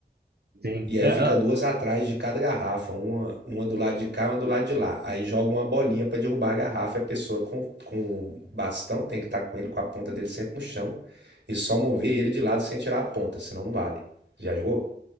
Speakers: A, on the right; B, on the right.
A: sim.
B: E aí
A: É,
B: fica
A: é,
B: duas atrás de cada garrafa, uma, uma do lado de cá, uma do lado de lá. Aí joga uma bolinha para derrubar a garrafa e a pessoa com, com bastão tem que estar com ele, com a ponta dele sempre no chão e só mover ele de lado sem tirar a ponta, senão não vale. Já jogou?